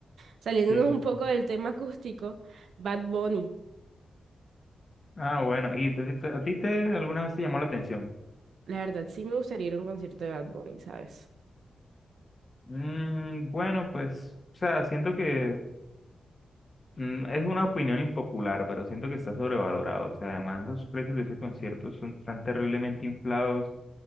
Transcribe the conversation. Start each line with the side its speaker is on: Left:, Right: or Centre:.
Right: Saliéndonos
Left: ¿Quién?
Right: un poco del tema acústico, Bad Bunny.
Left: Ah, bueno, ¿y te- te- a ti te alguna vez te llamó la atención?
Right: La verdad, sí me gustaría ir a un concierto de Bad Bunny, ¿sabes?
Left: Mm, bueno, pues, o sea, siento que mm, es una opinión impopular, pero siento que está sobrevalorado. O sea, además los precios de ese concierto son tan terriblemente inflados